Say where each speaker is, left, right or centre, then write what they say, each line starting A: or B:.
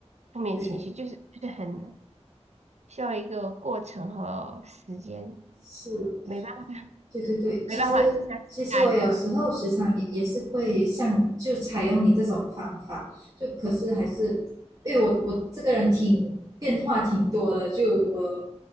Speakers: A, on the right; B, on the right.
A: 负面情绪，
B: 对，
A: 就是就是很需要一个过程和时间，
B: 是，
A: 没办法，
B: 对对对，其实其实我有时候时常也也是会像就采用你这种方法，
A: 没办法，静下心来这样。
B: 就可是还是因为我我这个人挺变化挺多的，就我